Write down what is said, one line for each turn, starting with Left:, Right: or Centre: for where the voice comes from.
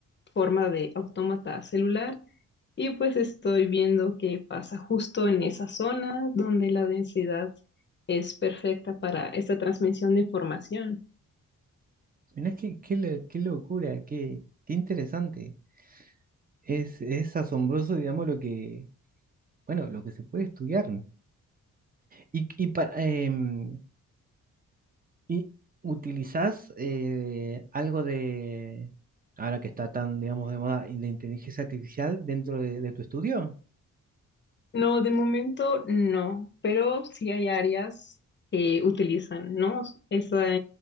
Left: forma de autómata celular. Y pues estoy viendo qué pasa justo en esa zona donde la densidad es perfecta para esta transmisión de información.
Right: Mirá, es qué, lo- qué locura, qué, qué interesante. Es, es asombroso, digamos, lo que, bueno, lo que se puede estudiar. Y, y para, em, ¿Y utilizás eh, algo de, ahora que está tan, digamos, de moda, y de inteligencia artificial dentro de, de tu estudio?
Left: No, de momento no, pero sí hay áreas que utilizan, ¿no? Esa,